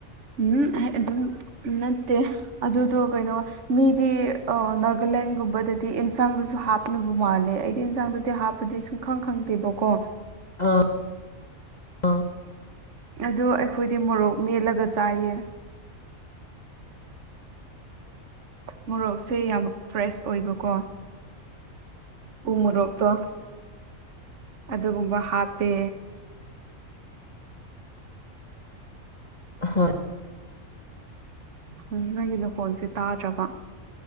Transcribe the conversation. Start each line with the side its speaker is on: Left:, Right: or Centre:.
Right: ꯎꯝ ꯑꯩ ꯑꯗꯨꯝ ꯎꯝ ꯅꯠꯇꯦ ꯑꯗꯨꯗꯣ ꯀꯩꯅꯣ ꯃꯤꯗꯤ ꯑꯥ ꯅꯥꯒꯥꯂꯦꯟꯒꯨꯝꯕꯗꯗꯤ ꯏꯟꯁꯥꯡꯗꯁꯨ ꯍꯥꯞꯅꯕ ꯃꯥꯜꯂꯦ ꯑꯩꯗꯤ ꯏꯟꯁꯥꯡꯗꯗꯤ ꯍꯥꯞꯇꯦ ꯑꯗꯨꯗꯤ ꯁꯨꯡꯈꯪ ꯈꯪꯗꯦꯕꯀꯣ
Left: ꯑꯥ ꯑꯥ
Right: ꯑꯗꯣ ꯑꯩꯈꯣꯏꯗꯤ ꯃꯣꯔꯣꯛ ꯃꯦꯠꯂꯒ ꯆꯥꯏꯌꯦ ꯃꯣꯔꯣꯛꯁꯦ ꯌꯥꯝ ꯐ꯭ꯔꯦꯁ ꯑꯣꯏꯕꯀꯣ ꯎ ꯃꯣꯔꯣꯛꯇꯣ ꯑꯗꯨꯒꯨꯝꯕ ꯍꯥꯞꯄꯦ
Left: ꯍꯣꯏ
Right: ꯎꯝ ꯅꯪꯒꯤ ꯅꯈꯣꯟꯁꯦ ꯇꯥꯗ꯭ꯔꯕꯥ